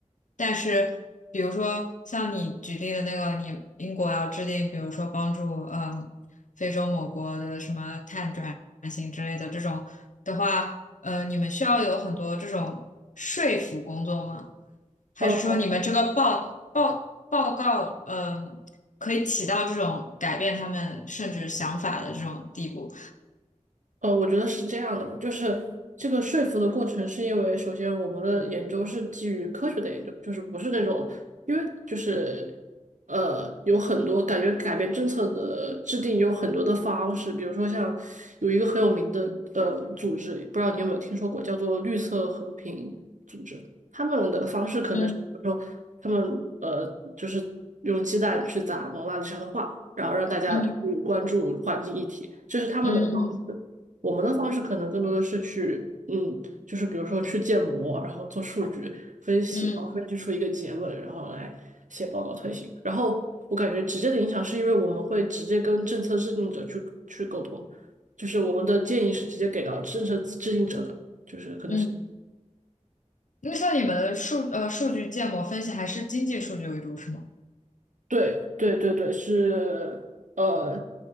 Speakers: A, on the left; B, on the right.
A: 但是，比如说像你举例的那个，你英国要制定，比如说帮助嗯非洲某国的什么碳转型之类的这种的话，呃，你们需要有很多这种说服工作吗？还是说你们这个报报报告，
B: 嗯。呃
A: 嗯、可以起到这种改变他们甚至想法的这种地步？
B: 呃，我觉得是这样的吧，就是这个说服的过程，是因为首先我们的研究是基于科学的研究，就是不是那种，因为就是呃，有很多感觉改变政策的制定有很多的方式，比如说像有一个很有名的呃组织，不知道你有没有听说过，叫做绿色和平组织，他们的方式可能是比如说他们呃就是用鸡蛋去砸蒙娜丽莎的画，
A: 嗯
B: 然后让大家去关注环境议题，
A: 嗯
B: 这是他们的方式。
A: 嗯嗯
B: 我们的方式可能更多的是去，嗯，就是比如说去建模，然后做数据分析，
A: 嗯
B: 然后分析出一个结论，然后来写报告推行。然后我感觉直接的影响是因为我们会直接跟政策制定者去去沟通，就是我们的建议是直接给到政策制定者的，就是可能是。
A: 嗯，那像你们的数呃数据建模分析还是经济数据为主，是吗？
B: 对对对对，是呃，